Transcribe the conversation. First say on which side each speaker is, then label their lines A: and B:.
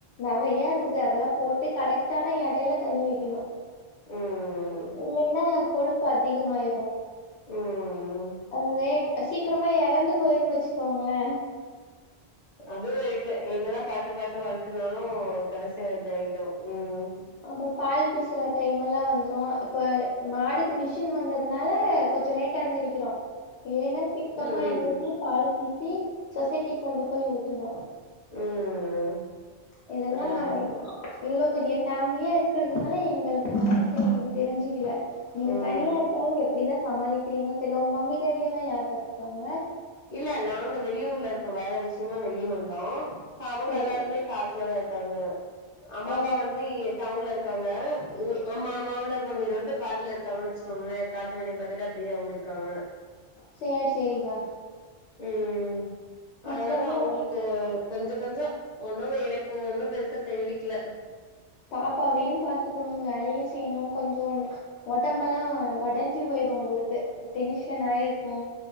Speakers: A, on the left; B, on the left.
A: நிறைய இருக்குது அதெல்லா போட்டு கரெக்டான எடையில தண்ணி வைக்கணு
B: ம்
A: இல்லைன்னா கொழுப்பு அதிகமாயிரு
B: ம் ம்
A: அங்கே அ சீக்கிரமா இறந்து போயிருன்னு வச்சுக்கோங்கள
B: அதுவு இருக்கு என்னதா பாத்து பாத்து வளத்துனாலு கடைசி இது ஆயிடு உம்
A: அப்புறம் பால் பீசுற டைம் எல்லா வந்துரு இப்ப மாடுக்கு மிஷின் வந்ததுனால கொஞ்சோ லேட் எந்திருக்கிறோ இல்லனா சிக்கமா
B: ம்
A: எந்திரிச்சி பால் பீசி சொசைட்டி கொண்டு போய் ஊத்தனு
B: ம் ம்
A: இதெல்லா
B: அதா
A: <unintelligible>
B: அதா
A: இவ்ளோ பெரிய பேமிலியா இருக்கிறதுனால எங்களுக்கு வேல செய்யறது தெரிஞ்சிகில நீங்க
B: ம்
A: தனியா இருக்கா எப்டிதா சமாளிக்கிறீங்களோ தெரிய உங்க மம்மி டேடிய எல்லா யார் பத்துப்பாங்க
B: இல்ல நாங்க வெளியூர்ல இருக்கோ வேல விஷயமா வெளியே வந்தோ அவங்க
A: சரி
B: எல்லாருமே காட்லதா இருக்காங்க அம்மா
A: ஓ
B: அப்பா வந்து இ டவுன்ல இருக்க இருக்காங்க இ ஆமா ஆமா இந்த <unintelligible> வந்து காட்ல இருக்காங்க வச்சுக்கோங்கள காட்டு வேலய பாத்துட்டு அப்டியே அவங்க இருக்காங்க
A: சேரி சேரி பா
B: உம்
A: ஹஸ்பண்டு
B: அதனால அவங்களுக் கு கொஞ்ச கொஞ்சோ ஒன்னு எனக்கு ஒன்னு பெருசா தெரிவிக்கல
A: பாப்பாவையு பாத்துக்குணு வேலையு செய்யணு கொஞ்சோன் ஒடம்பல்லா ஒடஞ்சி போயிரு உங்ளுக்கு டென்ஷன் ஆயிருக்கு